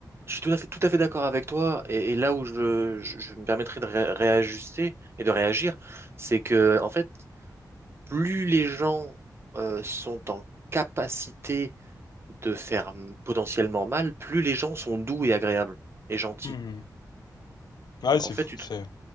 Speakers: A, on the right; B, on the left.
A: je suis tout à fait, tout à fait d'accord avec toi. Et, et là où je, je- je me permettrai de ré- réajuster et de réagir, c'est que, en fait, plus les gens euh, sont en capacité de faire m- potentiellement mal, plus les gens sont doux et agréables et gentils.
B: Mhm. Ouais, c'est
A: En fait,
B: fou.
A: tu
B: C'est.
A: te,